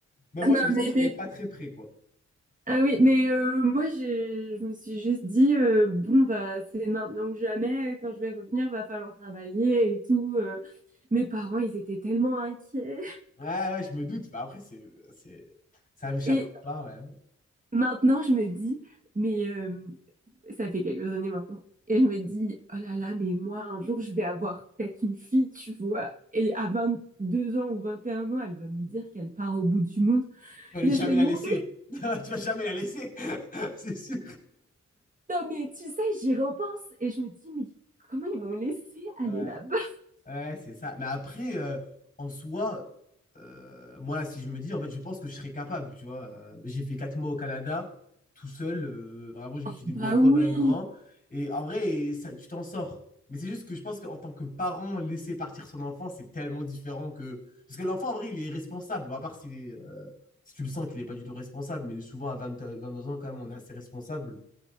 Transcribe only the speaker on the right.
Ah
Non,
mais, mais
Ah oui, mais euh, moi j'ai, je me suis juste dit euh, bon bah c'est maintenant que jamais, quand je vais revenir, va falloir travailler et tout. euh. Mes parents, ils étaient tellement inquiets.
Et
maintenant je me dis mais euh, ça fait quelques années maintenant. Et je me dis oh là là, mais moi un jour je vais avoir peut-être une fille, tu vois. Et à 22 ans ou 21 ans, elle va me dire qu'elle part au bout du monde.
Mais
je vais
mourir.
Non mais tu sais, j'y repense et je me dis mais comment ils m'ont laissé aller
là-bas?
Bah
oui,